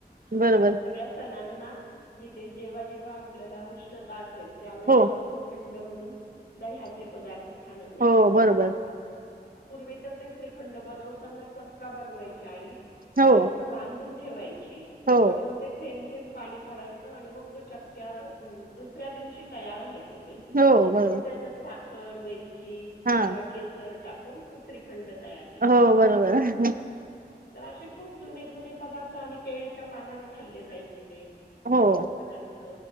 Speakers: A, on the left; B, on the right.
A: ह
B: बरोबर
A: सगळ्या सणांना- जिथे जेव्हा, जेव्हा आपल्याला उष्णता असेल, त्यावेेळेला
B: हो
A: आपण थंड म्हणून- दह्याचे पदार्थ खाणं नाही
B: हो
A: का,
B: बरोबर
A: असं. पूर्वे तर ते श्रीखंड बनवताना चक्का बनवायची आई आणि
B: हो
A: असं- बांधून ठेवायची
B: हो
A: आणि मग ते थेंब, थेंब पाणी पडाय- च आणि मग तो चक्क्या, दुसऱ्या दिवशी तयार व्हायचं ते.
B: हो बरोबर
A: आणि मग त्याच्यात साखर, वेलची
B: हा
A: किंवा केसर टाकून ते श्रीखंड तयार -
B: हो बरोबर.
A: तर अशे खूप जुने, जुने पदार्थ आणि केळीच्या पानावर खाल्ले जायचे ते.
B: हो
A: असे पदार्थ